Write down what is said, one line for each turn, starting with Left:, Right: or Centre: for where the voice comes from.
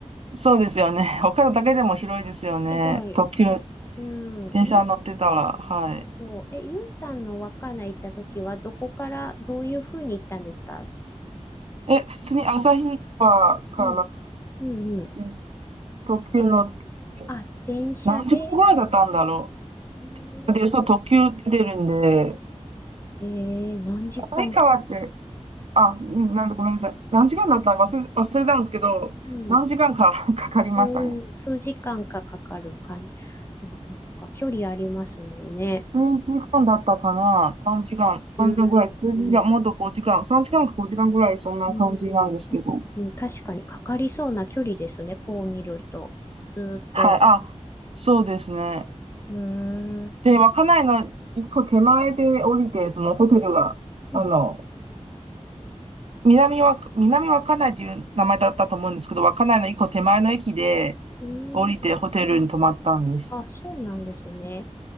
Right: そうですよね。<laughs> 北海だけでも広いですよね。
Left: うん、広い。
Right: 特急、
Left: え、うん、
Right: 電車乗ってたら。はい。
Left: そうそう。え、ゆいさんの稚内行った時は、どこからどういうふうに行ったんですか
Right: え、普通に旭川か
Left: うん、うんうん。
Right: らい特急乗って、
Left: あ、電車で、
Right: 何時間ぐらいだったんだろ
Left: えー、
Right: う。で、そう、特急出て出るんで、
Left: えー何時間、
Right: 旭川って、あ、んなんだ、ごめんなさい。何時間だったか忘れ、忘れたんですけど、
Left: うん、
Right: 何時間か <laughs> かかりましたね。
Left: うん、数時間かかかるか、まあ、なんか距離ありますもんね。
Right: 数時間だったかな ?3 時間、3時間ぐらい、
Left: うん、
Right: 数時間、
Left: うん
Right: もっと5時間、3時間か5時間ぐらい、そんな感じなんですけど。
Left: うんあうん確かにかかりそうな距離ですね、こう見ると。ずーっと。
Right: はい、あ、そうですね。
Left: うーん。
Right: で、稚内の一個手前で降りて、そのホテルが、
Left: うん、
Right: あの、南は、
Left: そ
Right: 南稚内という名前だったと思うんですけど、稚内の一個手前の駅で
Left: うん
Right: 降りてホテルに泊まったんです。
Left: あ、そうなんですね。